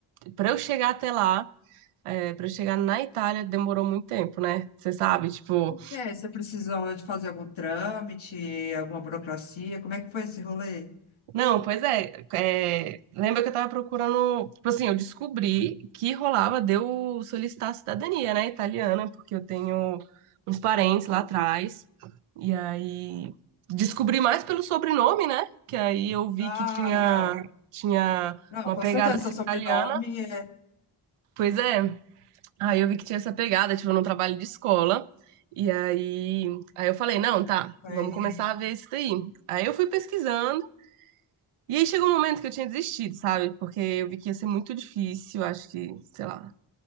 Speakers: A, on the right; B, on the left.
A: pra eu chegar até lá, é, para eu chegar na Itália, demorou muito tempo, né? Você sabe, tipo.
B: O que é? Você precisou de fazer algum trâmite, alguma burocracia? Como é que foi esse rolê?
A: Não, pois é, é, Lembra que eu tava procurando. Tipo assim, eu descobri que rolava de eu solicitar a cidadania, né, italiana, porque eu tenho uns parentes lá atrás. E aí. Descobri mais pelo sobrenome, né? Que aí eu vi
B: Ah,
A: que tinha,
B: legal.
A: tinha
B: Não,
A: uma
B: com
A: pegada
B: certeza, seu
A: assim,
B: sobrenome
A: italiana.
B: é,
A: Pois é, aí eu vi que tinha essa pegada, tipo, num trabalho de escola. E aí, aí eu falei, não, tá,
B: foi
A: vamos começar a ver isso daí. Aí eu fui pesquisando. E aí chegou um momento que eu tinha desistido, sabe? Porque eu vi que ia ser muito difícil, acho que, sei lá,